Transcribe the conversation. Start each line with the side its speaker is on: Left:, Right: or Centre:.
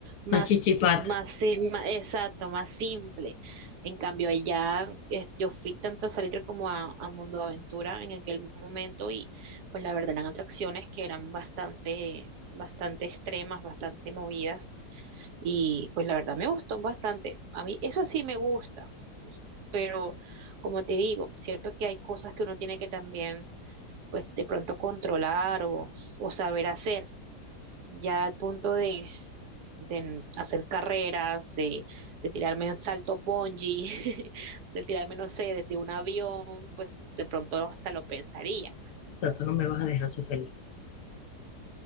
Right: más,
Left: Una chichipata,
Right: más, sim- ma- exacto, más simple. En cambio, allá es- yo fui tanto a Salitre como a, a Mundo Aventura en aquel momento y pues la verdad eran atracciones que eran bastante, bastante extremas, bastante movidas y pues la verdad me gustó bastante. A mí eso sí me gusta, pero como te digo, cierto que hay cosas que uno tiene que también pues de pronto controlar o, o saber hacer, ya al punto de, de hacer carreras, de, de tirarme un salto bungee, <laughs> de tirarme, no sé, desde un avión, pues de pronto hasta lo pensaría.
Left: o sea, tú no me vas a dejar ser feliz,